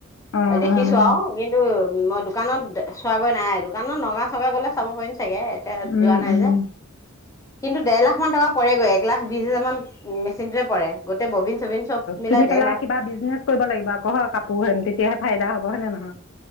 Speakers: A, on the left; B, on the left.
A: অ
B: দেখিছো
A: অ অ
B: আৰু কিন্তু মই দোকানত চোৱাগৈ নাই। দোকানত নগাঁও - চগাওঁ গ'লে চাব পাৰিম। চাগে এতিয়া
A: উম
B: যোৱা নাই
A: উম
B: যে। কিন্তু দেৰলাখ মান টকা পৰেগৈ। এক লাখ বিশ হাজাৰ মান মেচিনটোয়ে পৰে। গোটেই ববিন চবিন চব মিলাই
A: কিনি পেলাই
B: দেৰ লাখ
A: কিবা বিজনেচ কৰিব লাগিব আকৌ হয় কাপোৰ হেন তেতিয়াহে ফাইদা হ'ব। হয়েনে নহয়? অ